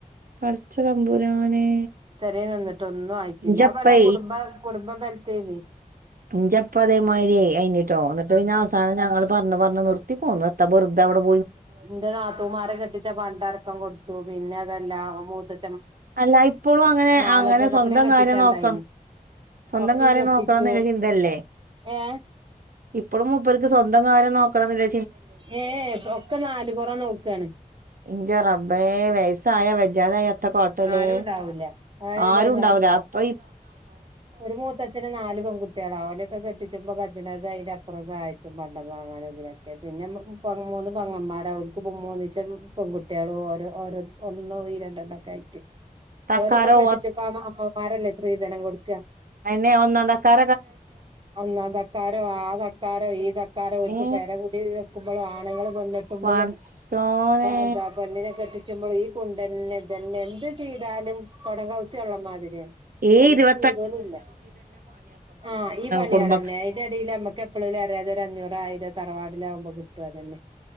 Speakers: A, on the right; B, on the right.
A: പടച്ച തമ്പുരാനെ
B: ഇത്തരെ നിന്നിട്ടൊന്നും ആയിട്ടില്ല
A: ഇഞ്ചപ്പേ
B: വള കുടുംബ കുടുംബബലത്തി ന്ന
A: ഇഞ്ചപ്പതേമാതിരി കഴഞ്ഞിട്ടോ എന്നിട്ട് പിന്ന അവസാനം ഞ പറഞ്ഞ പറഞ്ഞ നിർത്തി പോ വറുതെവി
B: എന്റെ നാത്തൂമാർ കെട്ടിച്ചാ പണ്ടടക്കം കൊടുത്തു പിന്നെ അതെല്ല മൂത്ത
A: അല്ല ഇപ്പോളും അങ്ങനെ
B: നാലഞ്ചെണ്ണത്തിനെ
A: അങ്ങനെ സ്വന്തം
B: കെട്ടിച്ചാണ്ടായിന്
A: കാര്യം നോക്കണം സ്വന്തം
B: ഒക്കിം
A: കാര്യം
B: കെട്ടിച്ചു
A: നോക്കണം എന്നില്ല ചിന്തല്ലേ
B: ഏ
A: ഇപ്പഴും മുപ്പർക്ക് സ്വന്തം കാര്യം നോക്കണില്ല
B: ഏ ഒക്കെ നാല് കുറ നോക്കയാണ്
A: ഇഞ്ച റബേ വയസ ആയാ വെജാതത്ര
B: ആരും
A: േ
B: ഉണ്ടാവൂല അതെന്താന്നോ
A: ആരും ഉണ്ടാവല അപ്പ
B: ഒരു മൂത്തച്ഛന് നാല് പ കുട്ടികളാവലൊക്കെ കെട്ടിച്ചു കജ് ണതുംഅതിനപ്പറം സഹായിച്ചും, പണ്ട വാങ്ങാനും, ഇതിനൊക്കെ. പിന്നെ മൂന്ന് പങ്ങന്മാര അവർക്ക്, മുമൂന്നിച്ചേ പെൺകുട്ടികളും ഓരോ ഓരോ. ഒന്നോ ഈ രണ്ടെണ്ട ഒക്കെ ആയിട്ട്.
A: തക്കാരോ
B: ഓരൊക്കെ കെട്ടിച്ചപ്പോ അമ്മമാരല്ലേ സ്ത്രീധനം കൊടു
A: അയ്ന്, ഒന്നാം തക്കാ
B: ഒന്നാ തക്കാരോ ആതക്കാരോ, ഈതക്കാരോ ഒരിക്ക്പേര
A: ഏ
B: കൂടി വെക്കും ആണുങ്ങള് പെണ്ണ് കെട്ട്മ്പളും,
A: പടച്ചോനെ
B: എന്താ പെണ്ണിനെ കെട്ടിച്ചുമ്പളും ഈ കൊണ്ടന്നെ തന്നെ എന്ത് ചെയ്താലും കൊടം കൗത്തി വെള്ളം മാതിരിയാണ്.
A: ഈ ഇരുവ
B: <unintelligible> ആ ഈ പണിൾന്നെ
A: കുടുംബ
B: അയ്ന്റെ എടൽ ഞമ്മക് അറിയാതെ ഒരു അഞ്ഞൂറോ ആയിരം തറവാടിലാകുമ്പോ, കിട്ടും അതന്നെ.